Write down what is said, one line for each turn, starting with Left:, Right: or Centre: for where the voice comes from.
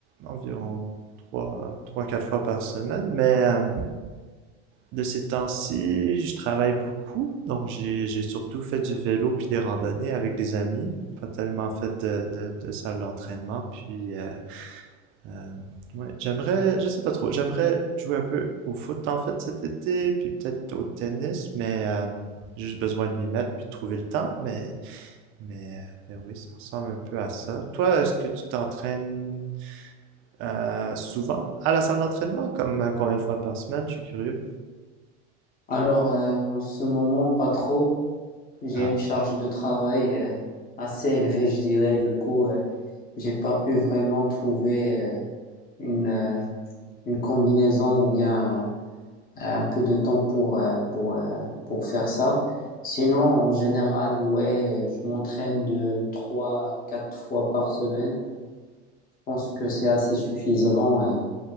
Right: environ trois, trois, quatre fois par semaine. Mais euh, de ces temps-ci, je travaille beaucoup, donc j'ai j'ai surtout fait du vélo puis des randonnées avec des amis, pas tellement fait de, de, de salle d'entraînement. Puis euh, Euh, ouais, j'aimerais, je sais pas trop, j'aimerais jouer un peu au foot en fait cet été, puis peut-être au tennis, mais euh, j'ai juste besoin de m'y mettre puis de trouver le temps, mais, mais, mais oui, ça ressemble un peu à ça. Toi, est-ce que tu t'entraînes euh, souvent à la salle d'entraînement, comme euh, combien de fois par semaine? Je suis curieux.
Left: Alors, euh, en ce moment, pas trop. J'ai
Right: Ah,
Left: une charge de travail euh, assez élevée, je dirais. Du coup, euh, j'ai pas pu vraiment trouver euh, une, euh, une combinaison ou bien euh, un peu de temps pour, euh, pour, euh, pour faire ça. Sinon, en général, ouais, je m'entraîne de trois à quatre fois par semaine. Je pense que c'est assez suffisant euh,